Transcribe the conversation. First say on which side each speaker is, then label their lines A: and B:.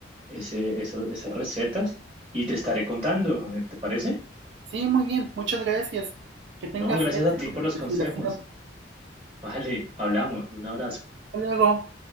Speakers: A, on the right; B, on the right.
A: ese, eso- esas recetas y te estaré contando. A ver, ¿Te parece?
B: Sí, muy bien. Muchas gracias. Que tengas
A: No, gracias
B: éxito
A: a ti por los
B: en
A: consejos.
B: tu investigación.
A: Vale, hablamos. Un abrazo.
B: Hasta luego.